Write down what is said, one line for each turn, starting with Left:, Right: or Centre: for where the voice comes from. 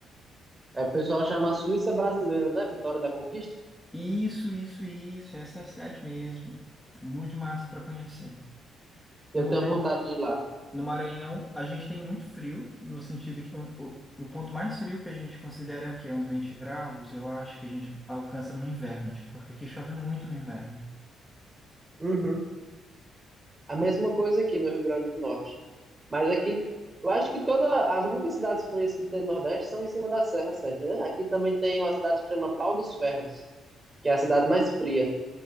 Right: É, o pessoal chama Suíça brasileira, né? Vitória da Conquista.
Centre: Isso, isso, isso. Essa é a cidade mesmo. Muito massa para conhecer.
Right: Eu
Centre: No Maranhão,
Right: tenho vontade de ir lá.
Centre: no Maranhão, a gente tem muito frio, no sentido que o, o- o ponto mais frio que a gente considera é o quê? Uns 20 graus, eu acho que a gente alcança no inverno, tipo, porque aqui chove muito no inverno.
Right: Uhum. A mesma coisa aqui no Rio Grande do Norte. Mas aqui, eu acho que todas as muitas cidades frias que tem no Nordeste são em cima da serra sempre, né? Aqui também tem uma cidade que chama Pau dos Ferros, que é a cidade mais fria.